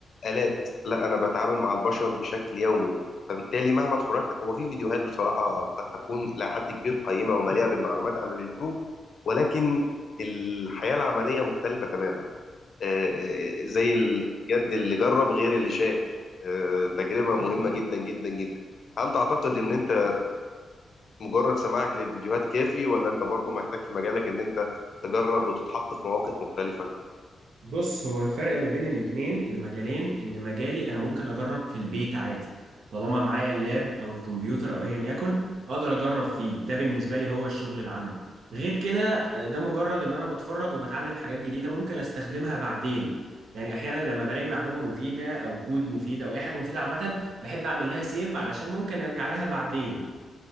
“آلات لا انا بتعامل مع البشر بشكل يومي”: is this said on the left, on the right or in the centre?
Left